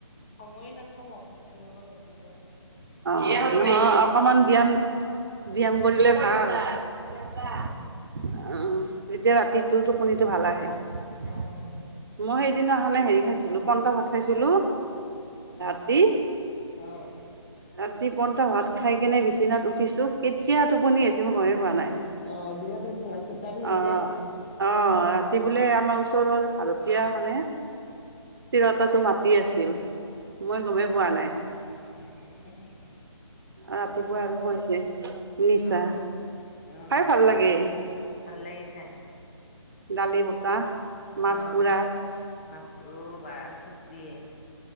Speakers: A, on the left; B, on the right.
A: সময়ে নাপাওঁ <unintelligible> লব ৰাতিপুৱা।
B: অ
A: ব্যায়াম কৰা
B: নহয় অকমান
A: সময়খিনি
B: ব্যায়াম ব্যায়াম কৰিলে ভাল। অহ, তেতিয়া
A: অ',
B: ৰাতিটো টোপনিটো ভাল আহে। মই
A: অ', অ',
B: সেইদিনাখনে হেৰি খাইছিলোঁ পন্তা ভাত খাইছিলোঁ। তাত দি
A: অ'।
B: ৰাতি পন্তা ভাত খাইকিনে বিচনাত উঠিছোঁ, কেতিয়া টোপনি আহিছেঁ মই গ'মে পোৱা নাই।
A: অ', বিৰাট নিছা হয় ভিটামিন
B: অ
A: যে।
B: অ', ৰাতি বোলে
A: উম।
B: আমাৰ ওচৰৰ ভাড়াতীয়া মানে তিৰোতাটো মাতি আছিল, মই গ'মেই পোৱা নাই।
A: <inaudible>
B: ৰাতিপুৱা
A: বিৰাট
B: আৰু কৈছে
A: নিচা।
B: নিছা
A: অহ, হয়।
B: খাই ভাল লাগে
A: ভাল লাগে খায়।
B: দালি বটা, মাছ
A: অ',
B: পোৰা
A: মাছ ৰ'বা জুতিয়ে।